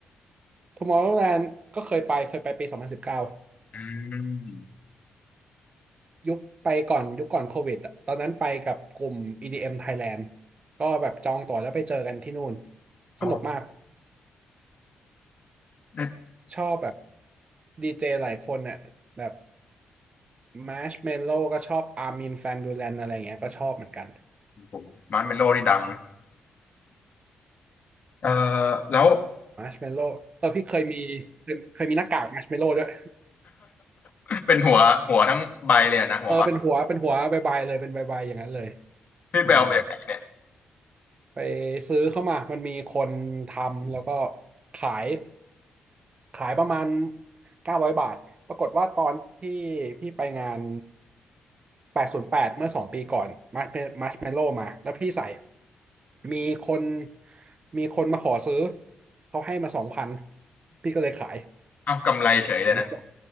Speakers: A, on the right (about 35°); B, on the left (about 45°).
A: Tomorrowland ก็เคยไปเคยไปปี2019
B: อืม
A: ยุคไปก่อนยุคก่อนโควิดอะตอนนั้นไปกับกลุ่ม EDM Thailand ก็แบบจองตั๋วแล้วไปเจอกันที่นู่น
B: อ๋อ
A: สนุกมาก
B: เนี่ย
A: ชอบแบบดีเจหลายคนเนี่ยแบบมาร์ชเมลโล่ก็ชอบอาร์มินแฟนบูแลนอะไรเงี้ยก็ชอบเหมือนกัน
B: ผมมาร์ชเมลโลนี่ดังนะเออแล้ว <coughs>
A: มาร์ชเมลโล่เออพี่เคยมีเคยมีหน้ากากมาร์ชเมลโล่ด้วย
B: <laughs> เป็นหัวหัวทั้งใบเลยอะนะหัวมัด
A: <laughs> เออเป็นหัวเป็นหัวบายบายเลยเป็นบายบายอย่างนั้นเลย
B: พี่ไปเอามาจากไหนเนี่ย
A: อืม ไปซื้อเข้ามามันมีคนทำแล้วก็ขายขายประมาณเก้าร้อยบาท ปรากฏว่าตอนที่พี่ไปงานแปดศูนย์แปดเมื่อสองปีก่อนมาร์ชมาร์ชเมลโล่มาแล้วพี่ใส่มีคนมีคนมาขอซื้อเขาให้มาสองพันพี่ก็เลยขาย
B: เอากำไรเฉยเลยนะ
A: หลังจบ